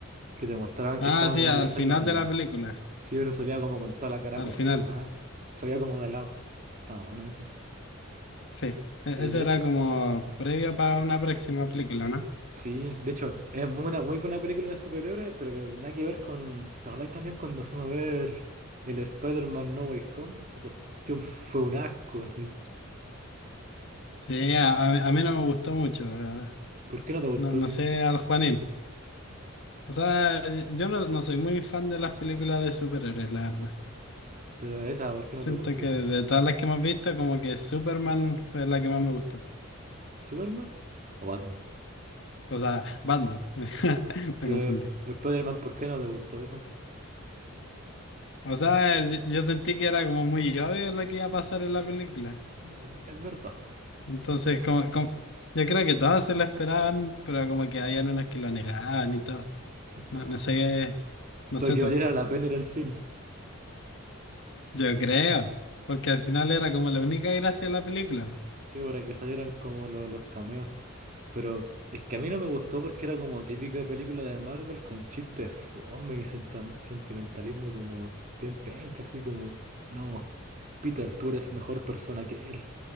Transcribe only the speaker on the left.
Ah,
sí,
al
final
de
la película.
Al
final,
sí. E-
Eso
era
como previo para una próxima película, ¿no?
Sí, a, a mí a mí no me gustó mucho. eh,
No, no
sé, al Juanín. O sea, yo no, no soy muy fan de las películas de superhéroes, la verdad.
Siento
que
de todas las que hemos visto, como que Superman fue la que más me gustó.
O sea, Batman. <laughs> Me
confundí.
O sea, yo yo sentí que era como muy obvio lo que iba a pasar en la película.
Entonces, como, como- yo creo que todas se lo esperaban, pero como que habían unos que lo negaban y todo.
No, no sé, no
sé
tú.
Yo creo, porque al final era como la única gracia de la película. po.